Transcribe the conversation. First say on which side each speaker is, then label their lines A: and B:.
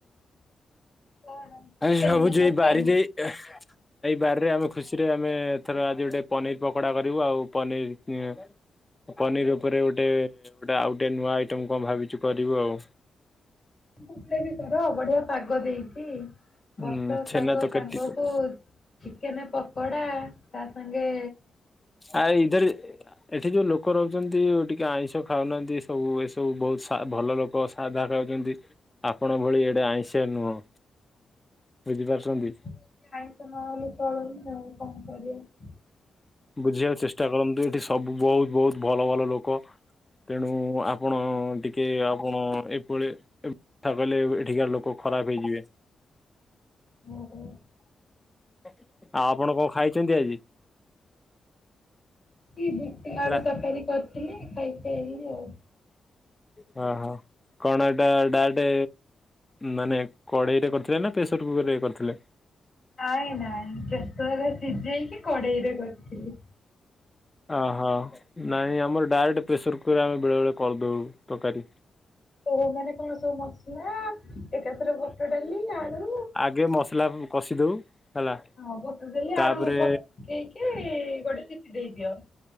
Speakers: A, on the left (about 45°); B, on the left (about 20°).
A: କଣ।
B: ଏ ସବୁଛି
A: ଚିକେନ ନା ମଟନ?
B: ବାରିରେ ଏ ଏଇ ବାରି ରେ ଆମେ ଖୁସିରେ ଆମେ ଥରେ ଆଜି ଗୋଟେ ପନିର ପକୋଡା କରିବୁ ଆଉ ପନିର ଇ ପନିର୍ ଉପରେ ଗୋଟେ, ଗୋଟେ ଆଉ ଗୋଟେ ନୂଆ ଆଇଟମ୍ କଣ ଭାବିଛୁ କରିବୁ ଆଉ।
A: <unintelligible> କର ବଢିଆ ପାଗ ଦେଇଛି
B: ହୁଁ
A: ବର୍ଷା
B: ଛେନା
A: ପାଗ
B: ତରକାରୀ
A: ସାଙ୍ଗକୁ
B: ଟିକେ କରିବୁ।
A: ଚିକେନ ପକଡା ତା ସାଙ୍ଗେ
B: ଆ ଇଧର୍ ଏଠି ଯୋଉ ଲୋକ ରହୁଛନ୍ତି, ଟିକେ ଆଇଁଷ ଖାଉନାହାନ୍ତି ସବୁ ଏସବୁ ବହୁତ ସା ଭଲ ଲୋକ। ତ ସାଧା ଖାଉଛନ୍ତି ଆପଣ ଭଳି ଏଡେ ଆଇଁଷିଆ ନୁହଁ। ବୁଝି ପାରୁଛନ୍ତି।
A: ଆମ ଆଇଁଷ ନହଲେ ଚଳୁନି ଆଉ କଣ କରିବା।
B: ବୁଝିବାକୁ ଚେଷ୍ଟା କରନ୍ତୁ ଏଠି ସବୁ ବହୁତ ବହୁତ ଭଲ, ଭଲ ଲୋକ। ତେଣୁ ଆପଣ ଟିକେ ଆପଣ ଏଭଳି ତା ବେଲେ ଏଠିକାର ଲୋକ ଖରାପ ହେଇଯିବେ।
A: ହୁଁ, ହୁଁ।
B: ଆଉ ଆପଣ କଣ ଖାଇଛନ୍ତି ଆଜି?
A: କି ବୁଟ ଆଳୁ
B: ରା
A: ତରକାରୀ କରିଥିଲି ଖାଇକି ଆଇଲି ଆଉ।
B: ହଁ, ହଁ କଣ ଏଟା ଡାଏଟ ମାନେ କଡ଼େଇ ରେ କରିଥିଲେ ନା ପ୍ରେସର କୁକରରେ କରିଥିଲେ।
A: ନାଇଁ ନାଇଁ ପ୍ରେସରରେ ସିଝେଇକି କଡେଇରେ କରିଥିଲି।
B: ଓହୋ ନାଇଁ ଆମର ଡାଇରେକ୍ଟ ପ୍ରେସର କୁକୁର୍ ଆମେ ବେଳେ ବେଳେ କରିଦଉ ତରକାରୀ।
A: ଓ ମାନେ କଣ ସବୁ ମସଲା ଏକାଥରେ ବୁଟଡାଲି ଆଳୁ
B: ଏ ମସଲାକୁ କଷି ଦଉ। ହେଲା
A: ହଁ ବୁଟଡାଲି
B: ତାପରେ
A: ଆଳୁ ପକେଇକି ଗୋଟେ ସିଟି ଦେଇଦିଅ।